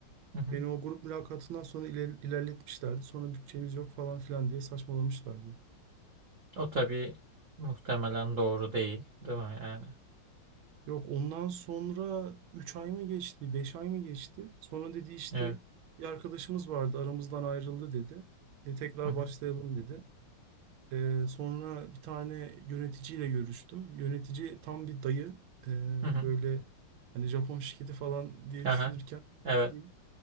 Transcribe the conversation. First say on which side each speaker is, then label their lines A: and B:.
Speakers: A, on the right (about 55°); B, on the right (about 75°).
A: Hı hı.
B: Beni o grup mülakatından sonra iler- ilerletmişlerdi. Sonra bütçemiz yok falan filan diye saçmalamışlardı.
A: O tabii muhtemelen doğru değil, değil mi yani?
B: Yok ondan sonra 3 ay mı geçti, 5 ay mı geçti? Sonra dedi işte
A: Evet.
B: bir arkadaşımız vardı aramızdan ayrıldı dedi. E, tekrar
A: Hı hı.
B: başlayalım dedi. E, sonra bir tane yöneticiyle görüştüm. Yönetici tam bir dayı. E,
A: Hı hı.
B: böyle hani Japon şirketi falan diye
A: Aha.
B: düşünürken
A: Evet.
B: bildiğin